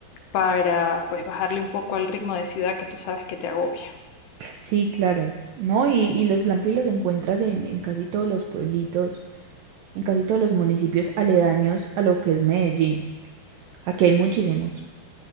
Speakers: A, on the left; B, on the right.
A: para, pues, bajarle un poco al ritmo de ciudad que tú sabes que te agobia.
B: Sí, claro. No, y, y los lampi los encuentras en, en casi todos los pueblitos, en casi todos los municipios aledaños a lo que es Medellín. Aquí hay muchísimos.